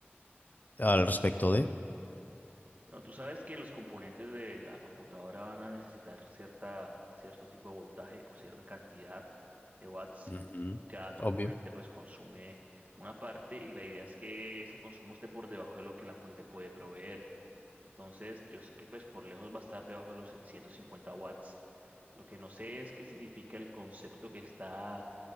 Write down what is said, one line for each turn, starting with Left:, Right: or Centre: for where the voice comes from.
Left: Al respecto de...
Right: Bueno, tú sabes que los componentes de la computadora van a necesitar cierta, cierto tipo de voltaje o cierta cantidad de watts
Left: Ujú,
Right: y cada componente
Left: Obvio.
Right: pues consume una parte y la idea es que ese consumo esté por debajo de lo que la fuente puede proveer. Entonces, yo sé que pues por lejos va a estar debajo de los 750 watts. Lo que no sé es qué significa el concepto que está